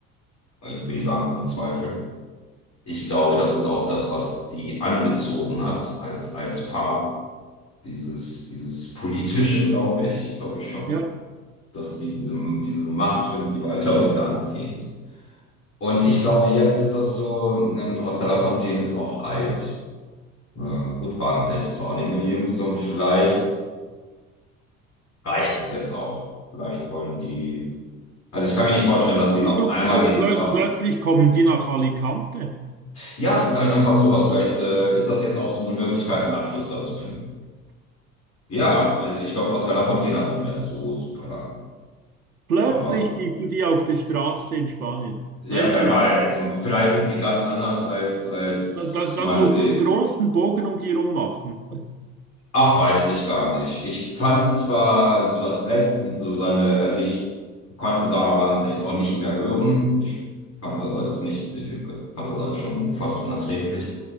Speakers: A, on the left; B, on the right.
A: äh, würde ich sagen, ohne Zweifel. Ich glaube, das ist auch das, was die angezogen hat als, als Paar. Dieses, dieses politische, glaube ich, glaube ich schon.
B: Ja.
A: Dass die diese, diese Macht finden, die beide, glaube ich, sehr anziehend. Und ich
B: Mhm.
A: glaube, jetzt ist das so, ähm, Oscar Lafontaine ist auch alt. Ähm, gut, Wagenknecht ist auch nicht mehr die Jüngste und vielleicht reicht es jetzt auch. Vielleicht wollen die. Also ich kann mir nicht vorstellen, dass sie
B: Du,
A: noch
B: du,
A: einmal
B: du,
A: diese
B: plö
A: Kraft.
B: plötzlich kommen die nach Alicante.
A: Ja, vielleicht einfach sowas. Vielleicht äh, ist das jetzt auch so eine Möglichkeit, einen Abschluss da zu finden. Ja, also ich glaube, Oscar Lafontaine hat nicht mehr so super lange.
B: Plötzlich
A: Aber
B: siehst du die auf der Straße in Spanien.
A: ja,
B: Weißt
A: wer
B: du,
A: weiß. Und vielleicht sind die ganz anders, als, als
B: da, da, dann
A: man
B: musst
A: sie
B: du einen großen Bogen um die rum machen.
A: Ach, weiß ich gar nicht. Ich fand zwar so das Letzten so seine, also ich konnte Sarah Wagenknecht auch nicht mehr hören. Ich fand das alles nicht, ich fand das alles schon fast unerträglich.